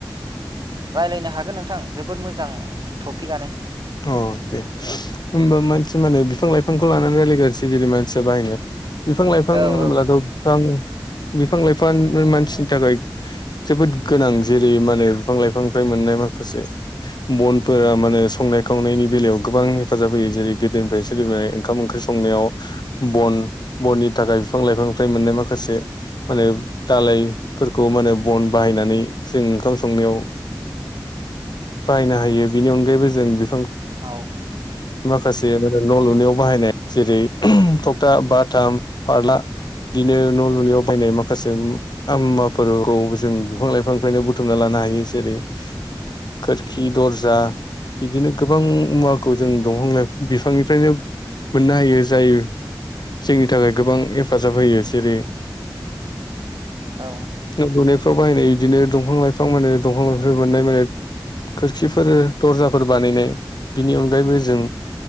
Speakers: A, on the right (about 60°); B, on the left (about 60°).
A: रायज्लायनो हागोन नोंथां जोबोद मोजां टपिकआनो।
B: अ दे होमबा मानसि मा होनो बिफां लाइफांखौ लानानै रायल्लायगसै जेरै मानसिया बाहायनो बिफां लाइफां
A: औ
B: होनोब्लाथ
A: औ दिनै
B: बिफां बिफां लाइफां मानसिनि थाखाय जोबोद गोनां जेरै मा होनो बिफां लाइफांनिफ्राय मोननाय माखासे बन फोरा मानो संनाय खांनायनि बेलायाव गोबां हेफाजाब होयो जेरै गोदोनिफ्राय सोलिबोनाय ओंखाम ओंख्रि संनायाव बन बननि थाखाय बिफां लाइफांनिफ्राय मोननाय माखासे माने दालायफोरखौ माने बन बाहाय बायनानै जों ओंखाम संनायाव बाहायनो हायो बेनि अनगायैबो जों बे
A: औ
B: माखासे न' लुनायाव बाहायनाय जेरै थखथा बाथाम फारला बिदिनो न' लुनियाव बायनाय माखासे मुवाफोरखौ जों बिफां लाइफांनिफ्रायनो बुथुमना लानो हायो ज जेरै खोरखि दर्जा बिदिनो गोबां मुवाखौ जों दंफां लाइ बिफांनिफ्रायनो मोननो हायो जाय जोंनि थाखाय गोबां हेफाजाब होयो जेरै
A: औ
B: ना गुनायफ्राव बाहायनाय गदिनो दंफां लाइफां मोनो। दंफां लाइफां मोननाय माने खोरखिफोर दर्जाफोर बानायनाय बिनि अन गायैबो जों